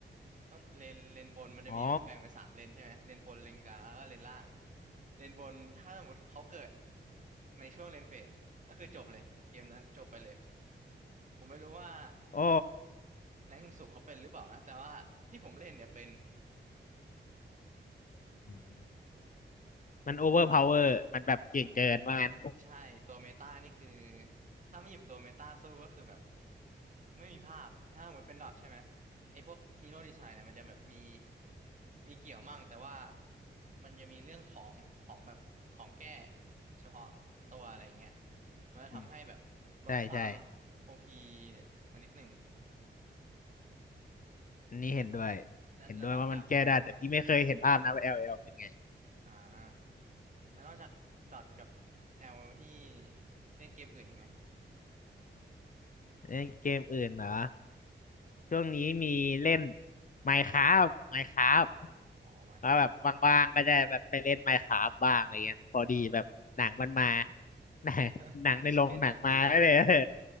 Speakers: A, on the right; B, on the left.
A: ข้างเลนเลนบนมันจะมีแบ่งเป็นสามเลนใช่ไหมเลนบนเลนกลางแล้วก็เลนล่าง
B: อ๋อ
A: เลนบนถ้าสมมติเขาเกิดในช่วงเลนเฟดก็คือจบเลยเกมนั้นจบไปเลยผมไม่รู้ว่า
B: โอ้
A: แรงค์สูงเขาเป็นหรือเปล่านะแต่ว่าที่ผมเล่นเนี่ยเป็น
B: อืมมันโอเวอร์พาวเวอร์มันแบบเก่งเกินว่างั้น
A: ใช่ตัวเมตานี่คือถ้าไม่หยิบตัวเมตาสู้ก็คือแบบไม่มีภาพอะถ้าหมดเป็นดอทใช่ไหมไอ้พวกฮีโร่ดีไซน์เนี่ยมันจะแบบมีมีเกี่ยวมั่งแต่ว่ามันจะมีเรื่องของของแบบของแก้เฉพาะตัวอะไรเงี้ยมันจะทำให้แบบลดความ
B: อืมใช่ใช่
A: โอพีมานิดหนึ่ง
B: อันนี้เห็นด้วย
A: และและและนอกจากแบบ
B: เห็นด้วยว่ามันแก้ได้แต่พี่ไม่เคยเห็นภาพนะว่า LL เป็นไง
A: อ่าแล้วนอกจากดอทกับแอลพี่เล่นเกมอื่นอีกไหม
B: เล่นเกมอื่นเหรอช่วงนี้มีเล่น Minecraft Minecraft
A: อ๋อไม่ครับ
B: แล้วแบบว่างๆก็จะแบบไปเล่น Minecraft บ้างอะไรเงี้ยพอดีแบบหนังมันมา <laughs> หนังหนังในโรงหนังมาก็เลยเออ
A: <laughs> ชิคเก้นจ็อกกี้เหรอ